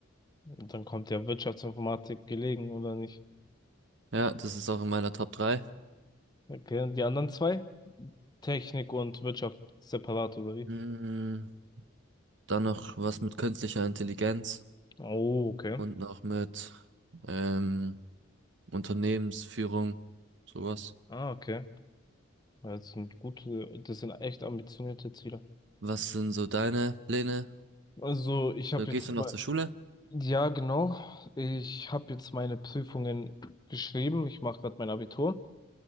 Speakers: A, on the left; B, on the right.
A: Und dann kommt ja Wirtschaftsinformatik gelegen, oder nicht?
B: Ja, das ist auch in meiner Top drei.
A: Okay, und die anderen zwei? Technik und Wirtschaft separat, oder wie?
B: Hm, dann noch was mit künstlicher Intelligenz.
A: Oh, okay.
B: Und noch mit ähm, Unternehmensführung, sowas.
A: Ah, okay. Ja, Das sind gute, das sind echt ambitionierte Ziele.
B: Was sind so deine Pläne?
A: Also, ich habe
B: Du gehst
A: jetzt
B: du noch zur Schule?
A: Ja, genau. Ich habe jetzt meine Prüfungen geschrieben. Ich mache gerade mein Abitur.